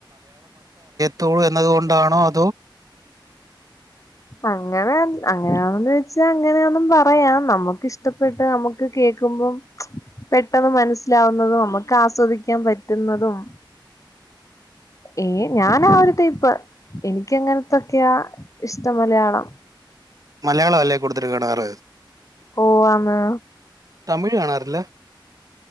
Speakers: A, on the right; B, on the left.
A: തോ എന്നതുകൊണ്ടാണോ അ
B: ആഹ് അങ്ങനെ അങ്ങനെയാന്നൊന്ന് വെച്ചാ അങ്ങനെയാന്നും പറയാം നമുക്കിഷ്ടപ്പെട്ട് നമുക്ക് കേൾക്കുമ്പം പെട്ടന്ന് മനസിലാവുന്നതോ നമ്മക്ക് ആസ്വദിക്കാൻ പറ്റുന്നതും ഏഹ് ഞാനാ ഒരു ടൈപ്പാ എനി ക്കങ്ങനത്തൊക്കെയാ ഇഷ്ട്ടം മലയാളം
A: മലയാളം അല്ലേ കൂടുതല് കാണാറ്
B: ഓ ആന്ന്
A: തമിഴ് കാണാറില്ല